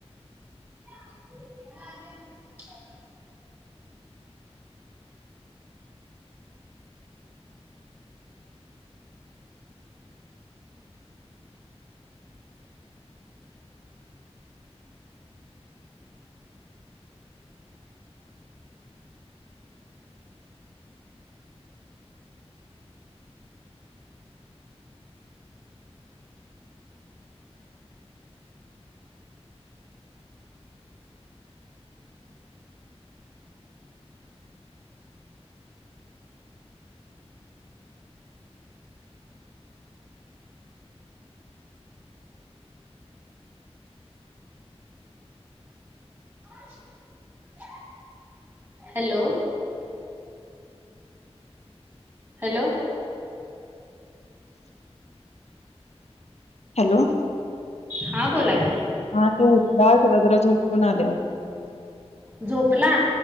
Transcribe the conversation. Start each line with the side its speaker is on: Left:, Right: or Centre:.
Right: <inaudible> <inaudible> Hello hello.
Left: हॅलो.
Right: हा बोला की.
Left: हा तो जरा उठला, त्याला झोपवून आले.
Right: झोपला?